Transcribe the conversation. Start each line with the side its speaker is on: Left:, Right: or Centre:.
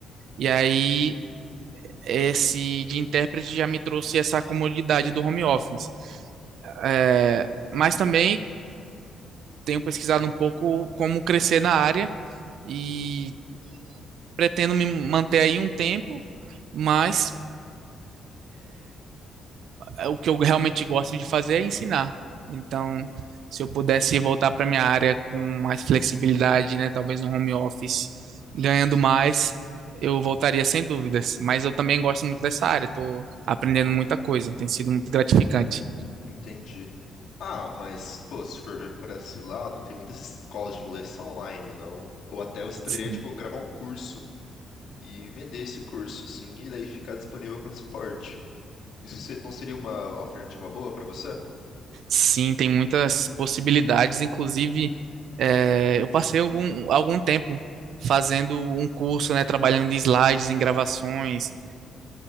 Right: E aí, esse de intérprete já me trouxe essa comodidade do home office. É, Mas também tenho pesquisado um pouco como crescer na área e pretendo me manter aí um tempo, mas é, o que eu realmente gosto de fazer é ensinar. Então, se eu pudesse voltar para minha área com mais flexibilidade, né, talvez no home office, ganhando mais, eu voltaria sem dúvidas. Mas eu também gosto muito dessa área, estou aprendendo muita coisa, tem sido muito gratificante.
Left: Entendi. Ah, mas, pô, se for ver por esse lado, tem muitas escolas de inglês só online, não? Ou até você poderia,
Right: Sim,
Left: tipo, gravar um curso e vender esse curso, assim, e daí ficar disponível para suporte. Isso se- não seria uma alternativa boa para você?
Right: Sim, tem muitas possibilidades, inclusive é, eu passei algum, algum tempo fazendo um curso, né, trabalhando em slides, em gravações,